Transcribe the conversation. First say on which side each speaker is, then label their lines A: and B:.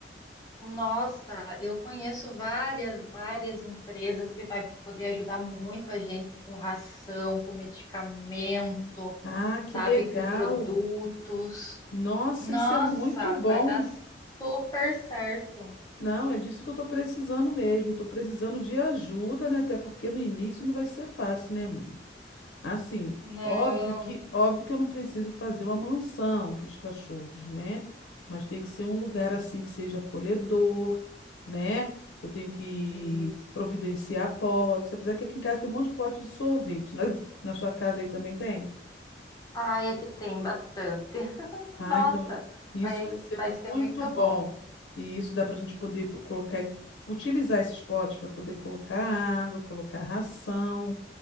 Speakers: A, on the left; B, on the left.
A: Nossa, eu conheço várias, várias empresas que vai poder ajudar muito a gente com ração, com medicamento,
B: Ah,
A: sabe,
B: que legal!
A: com produtos.
B: Nossa,
A: Nossa,
B: isso é muito bom.
A: vai dar
B: hein?
A: super certo.
B: Não, é disso que eu estou precisando mesmo. Estou precisando de ajuda, né? Até porque no início não vai ser fácil, né, amiga? Assim,
A: Não,
B: óbvio que, óbvio que eu não preciso fazer uma mansão para os cachorros, né? Mas tem que ser um lugar assim que seja acolhedor, né? Eu tenho que
A: isso.
B: providenciar potes, apesar que aqui em casa tem um monte de pote de sorvete. Na, na sua casa aí também tem?
A: Ai, é que tem bastante.
B: Ah,
A: Nossa,
B: então isso
A: vai,
B: vai ser
A: vai ser
B: muito
A: muito
B: bom.
A: bom.
B: E isso dá para a gente poder po- colocar, es- utilizar esses potes para poder colocar água, colocar ração.